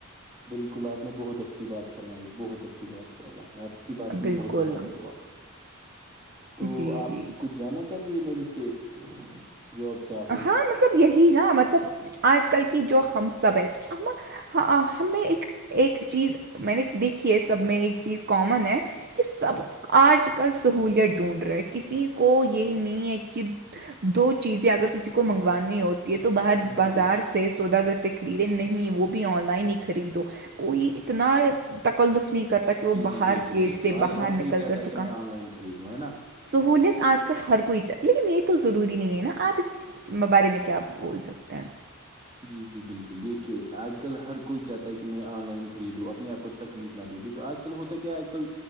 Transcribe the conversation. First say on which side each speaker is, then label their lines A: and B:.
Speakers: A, on the right; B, on the right.
A: بالکل آپ نے بہت اچھی بات فرمائی بہت اچھی اچھی بات فرمائی آپ کی بات سے
B: بالکل
A: میں بہت متاثر ہوا تو
B: جی
A: آپ
B: جی
A: کچھ جانا چاہتی ہے میرے سے جو آپ چاہو
B: ہاں مطلب یہی نا مطلب آج کل کی جو ہم سب ہیں تو ہم ہاں ہمیں ایک ایک چیز میں نے دیکھی ہے سب میں ایک چیز کامن ہے کہ سب آج کل سہولت ڈھونڈ رہے کسی کو یہ نہیں ہے کہ دو چیزیں اگر کسی کو منگوانی ہوتی ہے تو باہر
A: جی
B: بازار
A: جی بالکل
B: سے سوداگر سے خریدے نہیں وہ بھی آن لائن ہی خریدو کوئی اتنا تکلف نہیں کرتا کہ وہ
A: جی جی
B: باہر
A: بالکل
B: گیٹ
A: بالکل
B: سے
A: آج
B: باہر
A: ہر
B: نکل
A: کوئی چاہتا
B: کر
A: ہے
B: دکا
A: کہ میں آن لائن خریدوں ہے نا
B: سہولیت آج کل ہر کوئی چاہیتی ہے لیکن یہ تو ضروری نہیں ہے نا آپ اس کی اس بارے میں کیاپ بول سکتے ہیں
A: جی جی بالکل دیکھیے آج کل ہر کوئی چاہتا ہے کہ میں آن لائن خریدوں اپنے آپ کو تکلیف نہ د دیکو آج کل ہوتا کیا آج کل